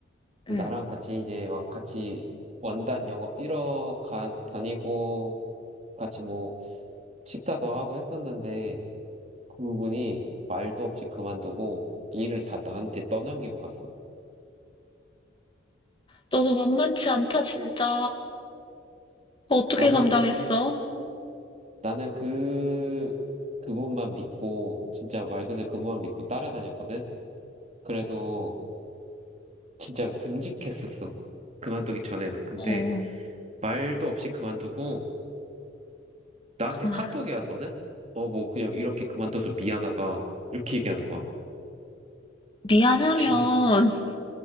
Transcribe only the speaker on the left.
응.
너도 만만치 않다, 진짜. 그거 어떻게
감당했어?
어,
아,
미안하면,